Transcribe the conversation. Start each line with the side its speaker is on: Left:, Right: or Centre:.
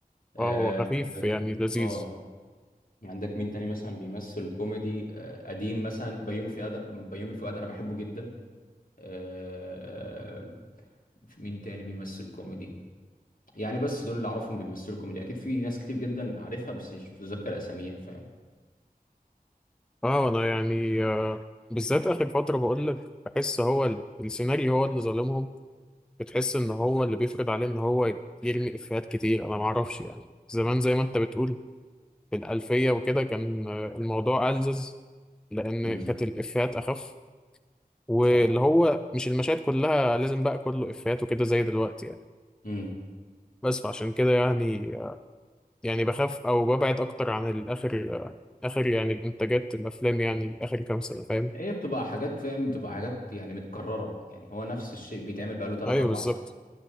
Left: آه
Centre: اه هو خفيف
Left: عندك
Centre: يعني لذيذ
Left: اه عندك مين تاني مثلا بيمثل كوميدي آه، قديم مثلا بيومي فؤاد بيومي فؤاد انا بحبه جدا آه، في مين تاني بيمثل كوميدي يعني بس دول اللي اعرفهم بيمثلوا كوميدي اكيد في ناس كتير جدا عارفها بس مش متذكر اساميها فاهم
Centre: اه انا يعني آه بالذات اخر فتره بقول لك بحس هو ال- السيناريو هو اللي ظالمهم بتحس ان هو اللي بيفرض عليه ان هو يرمي افيهات كتير انا ما اعرفش يعني زمان زي ما انت بتقول في الالفيه وكده كان آه، الموضوع ألذذ لان
Left: امم
Centre: كانت الافيهات اخف واللي
Left: صح
Centre: هو مش المشاهد كلها لازم بقى كله افيهات وكده زي دلوقتي يعني
Left: امم
Centre: بس فعشان كده يعني يعني بخاف او ببعد اكتر عن الاخر اخر يعني الانتاجات الافلام يعني اخر كام سنه فاهم
Left: هي بتبقى حاجات فاهم بتبقى حاجات يعني متكررة يعني هو نفس الشيء بيتعمل بقاله 3
Centre: ايوه
Left: 4
Centre: بالظبط
Left: سنين